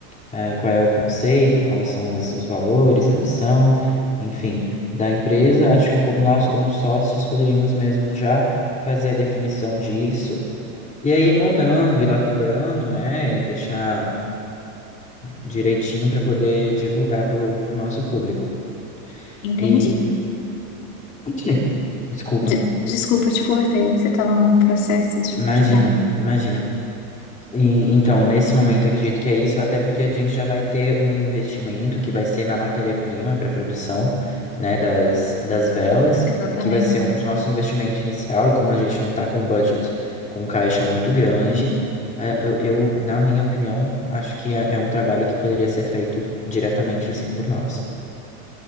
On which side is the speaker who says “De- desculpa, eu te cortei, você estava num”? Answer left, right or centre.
Left